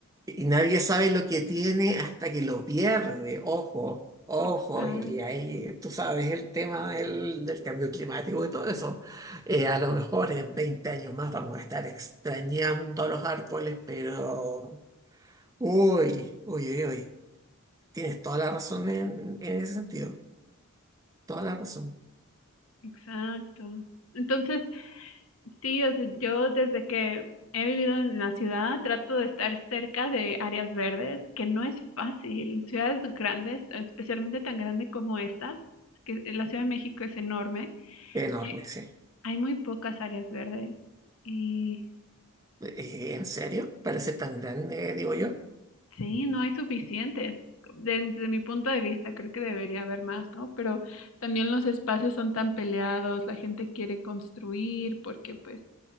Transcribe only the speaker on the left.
Exa-
Exacto. Entonces, Sí, o sea, yo desde que he vivido en la ciudad trato de estar cerca de áreas verdes, que no es fácil. Ciudades grandes, especialmente tan grande como esta, que la Ciudad de México es enorme,
hay,
hay muy pocas áreas verdes y
sí, no hay suficientes. Desde, desde mi punto de vista, creo que debería haber más, ¿no? Pero también los espacios son tan peleados, la gente quiere construir porque pues